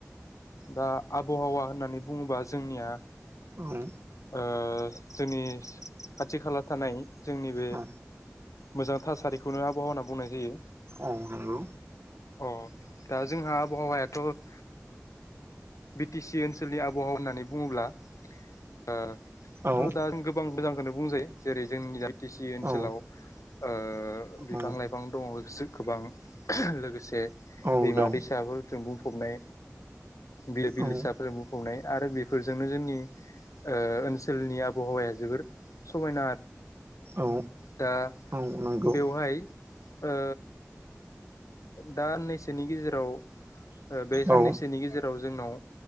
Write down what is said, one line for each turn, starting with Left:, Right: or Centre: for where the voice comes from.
Left: दा आबहावा होननानै बुङोबा जोंनिया।
Right: औ
Left: ओ जोंनि खाथि खाला थानाय जोंनि बे
Right: औ
Left: मोजां थासारिखौनो आबहावा होना बुंनाय जायो।
Right: औ नंगौ
Left: अ दा जोंहा आबहावायाथ' बि टि सि ओनसोलनि आबहावा होननानै बुङोब्ला ओ
Right: औ
Left: थ दा गोबां मोजांखौनो बुंजायो जेरै जोंनि आइ टि सि ओनसोलाव
Right: औ
Left: ओ ओ बिफां
Right: औ
Left: लाइफां दङ गोबां लोगोसे
Right: औ
Left: दैमा
Right: दं
Left: दैसाफोरजों बुं फबनाय बिलो बिलोसाफोरजों
Right: औ
Left: बुंफबनाय आरो बेफोरजोंनो जोंनि ओ ओनसोलनि आबहावाया जोबोर समायना
Right: औ
Left: दा
Right: औ नंगौ
Left: बेवहाय ओ दा नैसोनि गेजेराव बे साननैसोनि
Right: औ
Left: गेजेराव जोंनाव